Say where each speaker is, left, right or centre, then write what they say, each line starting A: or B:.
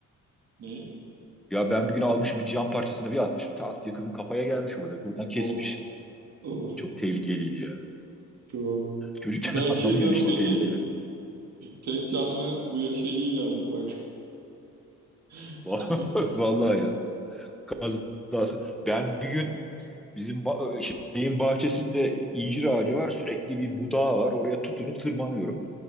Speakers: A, on the right; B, in the centre.
A: Ne?
B: Ya ben bir gün almışım bir cam parçasını bir atmışım tak diye kızın kafaya gelmiş orada. Buradan kesmiş.
A: Of of
B: Çok tehlikeliydi ya.
A: çok.
B: Çocukken
A: Ben
B: <laughs> anlamıyorsun
A: şey diyorum
B: işte
A: hacı
B: tehlikeli.
A: tek canlı bu yaşa iyi geldik bak. <laughs>
B: <laughs>
A: Hani,
B: Vallahi ya. Biraz Ben bir gün bizim ba- şeyin bahçesinde incir ağacı var. Sürekli bir budağı var. Oraya tutunup tırmanıyorum.